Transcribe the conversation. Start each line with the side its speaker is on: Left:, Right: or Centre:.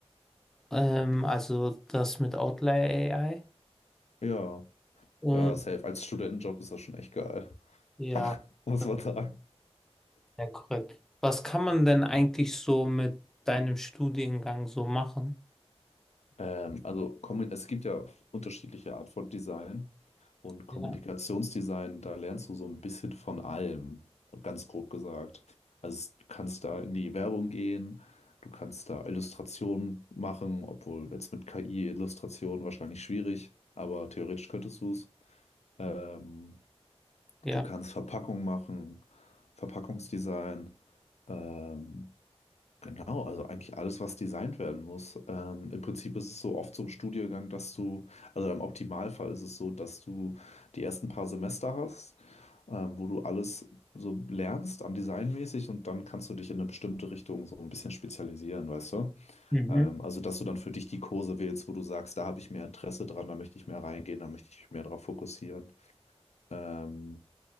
Centre: Ähm, also das mit Outlier AI.
Left: Ja.
Centre: Und
Left: Ja, safe. Als Studentenjob ist das schon echt geil.
Centre: ja,
Left: <laughs> Muss
Centre: das
Left: man sagen.
Centre: ist sehr korrekt. Was kann man denn eigentlich so mit deinem Studiengang so machen?
Left: Ähm, also kommu- es gibt ja unterschiedliche Art von Design und Kommunikationsdesign,
Centre: Ja,
Left: da lernst du so ein bisschen von allem, ganz grob gesagt. Also es- du kannst da in die Werbung gehen, du kannst da Illustrationen machen, obwohl jetzt mit KI Illustrationen wahrscheinlich schwierig, aber theoretisch könntest du es. Ähm,
Centre: ja.
Left: du kannst Verpackung machen, Verpackungsdesign. Ähm, Oh, also eigentlich alles, was designt werden muss. Ähm, im Prinzip ist es so oft so im Studiengang, dass du, also im Optimalfall ist es so, dass du die ersten paar Semester hast, ähm, wo du alles so lernst an designmäßig und dann kannst du dich in eine bestimmte Richtung so ein bisschen spezialisieren, weißt du?
Centre: Mhm.
Left: Ähm, also, dass du dann für dich die Kurse wählst, wo du sagst, da habe ich mehr Interesse dran, da möchte ich mehr reingehen, da möchte ich mich mehr darauf fokussieren. Ähm,